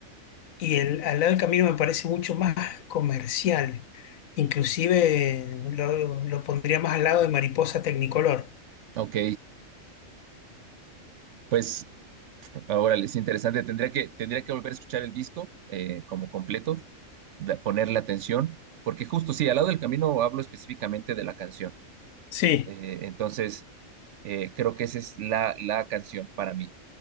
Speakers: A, on the left; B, on the right.
A: y el, al lado del camino me parece mucho más comercial. Inclusive lo, lo pondría más al lado de Mariposa Tecnicolor.
B: ok. Pues Ahora es interesante. Tendría que, tendría que volver a escuchar el disco eh, como completo, da- ponerle atención, porque justo sí, al lado del camino hablo específicamente de la canción.
A: Sí,
B: Eh, entonces, eh, creo que esa es la, la canción para mí.